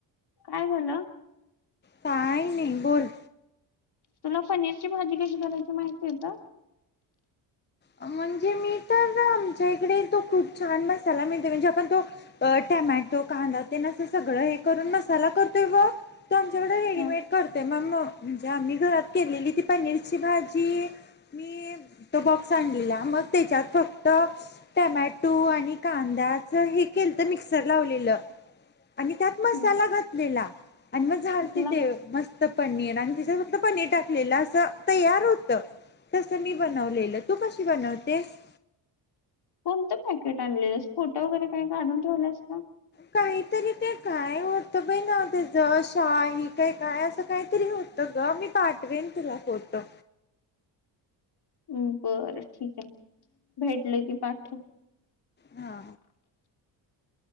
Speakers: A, on the left; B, on the left.
A: काय झालं,
B: काही नाही, बोल
A: तुला, पनीरची भाजी कशी करायची माहिती आहे का?
B: म्हणजे, मी तर आमच्या इकडे, तो खूप छान मसाला मिळते. म्हणजे आपण तो अ, टमॅटो कांदा तेन, असं सगळं हे करून मसाला करतोय ब, ते, आमच्याकडे रेडीमेट
A: ह
B: करत्यात. म म्हणजेम्ही, आम्ही घरात केलेली, ती पनीरची भाजी, मी त बघ सण दिलाला, मग त्याच्यात फक्त, टमॅटो आणि, कांद्या जर हे, केलं तर मिक्सर लावलेलं, आणि त्यात मसाला
A: ह
B: घातलेला. आणि मग, झालात
A: कुठला
B: ते, मस्त पनीर आणि, तिचं फक्त पनीर टाकलेलं असं तयार होत. तसं मी बनवलेलं, तू कशी बनवतेस?
A: कोणतं पॅकेट आणलेस? फोटो वगैरे काही काढून ठेवलास का!
B: काहीतरी ते, काय होत बई ना, त्या ज शाही काय- काय असं काहीतरी होत. सगळं मी, पाठवेन तुला फोटो.
A: हम्, बरं ठीक आहे. भेटल की पाठव.
B: हा,